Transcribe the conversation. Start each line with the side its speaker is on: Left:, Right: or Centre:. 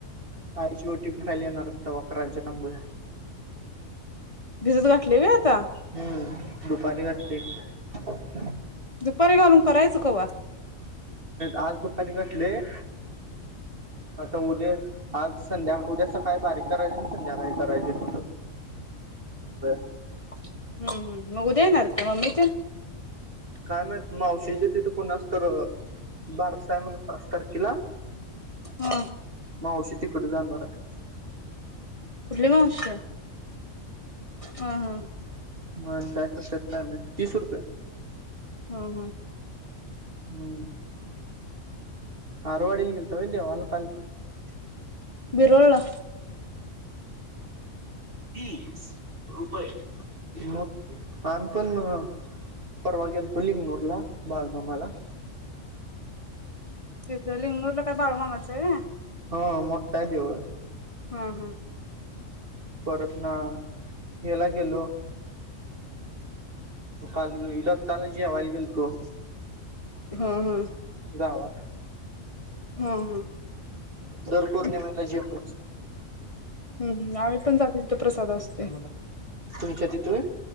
Right: कारीची ओटी भरायला येणार तेव्हा करायचे नबोळे
Left: भिजत गाठले व्हय आता
Right: हम्म दुपारी <unintelligible>
Left: दुपारी घालून करायच चुकवा
Right: आज दुपारी <unintelligible> आता उद्या आज संध्या उद्या सकाळी बारीक करायचे आणि संध्याकाळी करायचे <unintelligible>
Left: हम्म हम् मग उद्या येणारत का मम्मी <unintelligible>
Right: काय माहयत मावशीच्या तिथ कोणाच तर बारसा आहे म्हण पाच तारखेला
Left: हा
Right: मावशी तिकडं जाणार हाय.
Left: कुठली मावशिय हा हा
Right: मग कशात काय नाही का तीस रुपये
Left: हम् हम्
Right: हम्म हारवाडीला गेलता देवाला काल?
Left: बिरोळला
Right: तीस रुपये मग? आम्ही पण न परवा गेलो लिंगलोरला. बाळू मामाला.
Left: तिथं लिंगरूरला काय बाळू मामाच हाय व्हय?
Right: हा मोठाय देऊळ.
Left: हा हा
Right: परत ना ह्याला गेलो काल दत्तला जेवायला गेलतो.
Left: हा हा.
Right: गावात
Left: हा हा.
Right: दर पौर्णिमेला
Left: हम्म
Right: जेवण
Left: हम्म आम्ही पण जातोय तिथ प्रसाद असते
Right: असतं तुमच्या तिथे